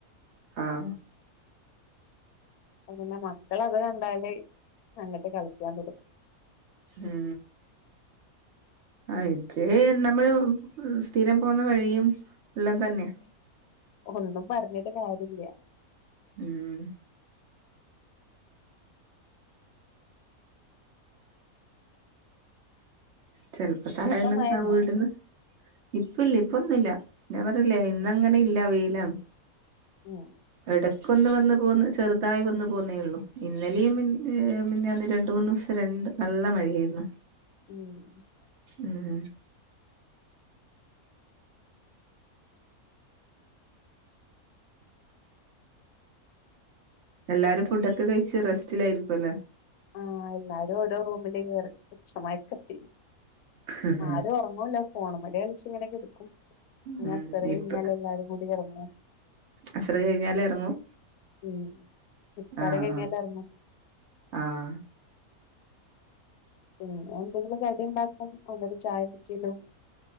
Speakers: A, on the right; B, on the left.
A: ആഹ്
B: അപ്പപിന്നെ മക്കള് അത് കണ്ടാല് അങ്ങിട്ട് കളിക്കാൻ വിടും
A: ഉം ആ ഇത് നമ്മള് സ്ഥിരം പോകുന്ന വഴിയും എല്ലാം തന്നെയ
B: ഒന്നും പറഞ്ഞിട്ട് കാര്യല്ല
A: ഉം ചെലപ്പൊ താഴേന്ന്
B: ഇപ്പം മഴണ്ടോ
A: ആ വീടിന്ന് ഇപ്പല്ല ഇപ്പൊന്നുംല്ല ഞാപറഞ്ഞില്ലേ ഇന്നങ്ങനെ
B: ഉം
A: ഇല്ല വെയിലാ
B: ഉം
A: എടക്കൊന്ന് വന്ന് പോന്ന് ചെറുതായി വന്നു പോകുന്നേ ഉള്ളു ഇന്നലെയും മിഞ്ഞാന്ന് രണ്ട് മൂന്നീസം രണ്ട് നല്ല മഴയായിരുന്നു
B: ഉം
A: ഉം
B: <inaudible>
A: എല്ലാരും ഫുഡൊക്കെ കഴിച്ച് റെസ്റ്റിലായിരിക്കും അല്ലേ
B: ആഹ് എല്ലാരും ഓരോ റൂമില് <unintelligible> ഉച്ച മയക്കത്തില്
A: ഉം
B: ആരും ഒറങ്ങുവല്ല ഫോണുമ്മല് കലിച്ച്ങ്ങനെ കെടക്കും
A: ഉം
B: പിന്നെ
A: ഉം
B: അസറ് കഴിഞ്ഞാൽ
A: ഇപ്പ
B: എല്ലാരും കൂടി എറങ്ങും
A: അസറ് കഴിഞ്ഞാല് എറങ്ങും
B: ഉം നിസ്കാരം
A: ആഹ്
B: കഴിഞ്ഞിണ്ടറങ്ങും
A: ആഹ്
B: പിന്നെ എന്തെങ്കിലും കടിണ്ടാക്കും അല്ലെങ്കി ചായ <unintelligible>